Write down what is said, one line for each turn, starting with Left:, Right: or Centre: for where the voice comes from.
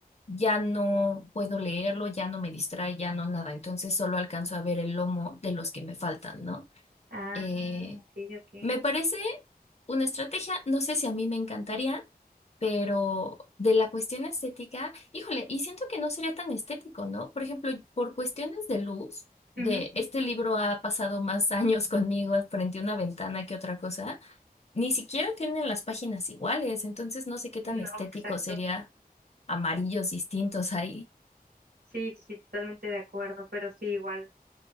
Left: ya no puedo leerlo, ya no me distrae, ya no nada. Entonces solo alcanzo a ver el lomo de los que me faltan, ¿no?
Right: Ah,
Left: Eh,
Right: ok, ok.
Left: me parece una estrategia, no sé si a mí me encantaría pero de la cuestión estética, híjole, y siento que no sería tan estético, ¿no? Por ejemplo, por cuestiones de luz, de
Right: Ujú.
Left: este libro ha pasado más <laughs> años conmigo frente a una ventana que otra cosa, ni siquiera tienen las páginas iguales, entonces no sé qué tan
Right: No,
Left: estético
Right: exacto.
Left: sería amarillos distintos ahí.
Right: Sí, sí, totalmente de acuerdo, pero sí, igual.